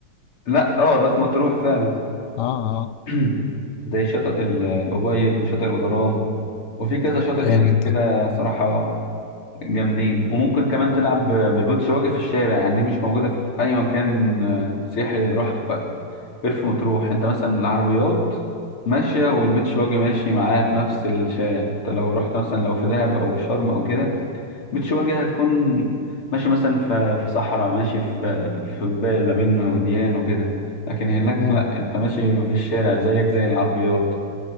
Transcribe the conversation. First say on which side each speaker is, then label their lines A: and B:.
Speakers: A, on the left (about 85°); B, on the left (about 65°).
A: لا اه ده في مطروح فعلا
B: اه اه
A: <clears throat> زي شاطئ ال- الأبيض وشاطئ الغرام وفي كذا شاطئ
B: جامد
A: هناك كده
B: ده
A: صراحة جامدين وممكن كمان تلعب ب- بالبوت شواجه في الشارع يعني دي مش موجودة في أي مكان آه، سياحي رحت ف- غير في مطروح أنت مثلا العربيات ماشية والبيت شواجه ماشي معاها في نفس الشارع أنت لو رحت مثلا لو في دهب أو في شرم أو كده بتش واجهة هتكون ماشي مثلا في في صحراء ماشي في في جبال ما بين وديان وكده لكن هناك
B: امم
A: لا انت ماشي في الشارع زيك زي العربيات